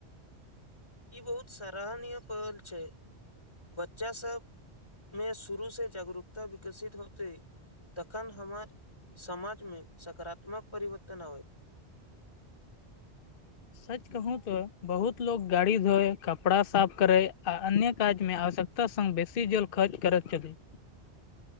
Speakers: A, on the left; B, on the left.
A: ई बहुत सराहनीय पहल छै <inaudible> बच्चा सब में शुरू से जागरूकता विकसित होते तखन हमर समाज में सकारात्मक परिवर्तन आबै
B: सच कहू तो बहुत लोग गाड़ी धोए कपड़ा साफ करे आ अन्य काज में आवश्यकता ता संग बेसी जल खर्च करैत छथि